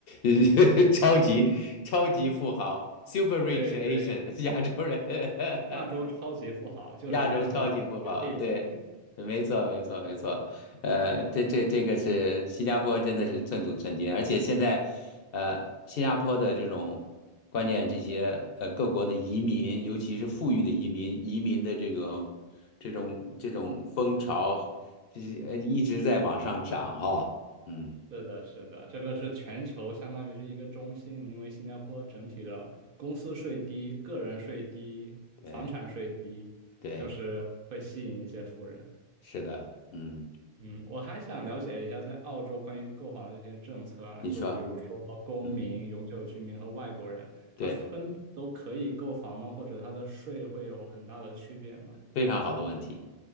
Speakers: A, on the left (about 65°); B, on the right (about 55°).
A: <laughs> 超级超级富豪 （Super Rich
B: 对对，
A: Asian） 亚洲人。<laughs>
B: 亚洲超级富豪就是在新加坡为背景。
A: 亚洲超级富豪，对，没错，没错，没错。呃，这这这个是新加坡，真的是寸土寸金，而且现在，呃，新加坡的这种关键这些呃各国的移民，尤其是富裕的移民，移民的这个这种这种风潮，这呃一直在往上涨哈、嗯，
B: 是的，是的，这个是全球相当于是一个中心，因为新加坡整体的公司税低、个人税低、
A: 对
B: 房产税低，
A: 对，
B: 就是会吸引一些富人。
A: 是的，嗯，
B: 嗯，我还想了解一下在澳洲关于购房的这些政策啊，
A: 你说，
B: 就比如说公民、
A: 嗯，
B: 永久居民和外国人，他分别都可以购房吗？
A: 对。
B: 或者他的税会有很大的区别吗？
A: 非常好的问题。